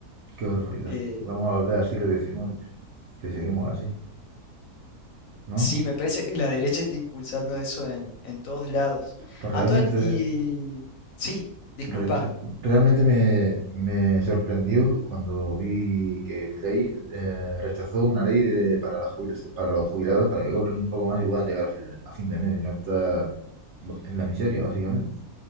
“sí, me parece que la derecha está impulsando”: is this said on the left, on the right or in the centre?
Left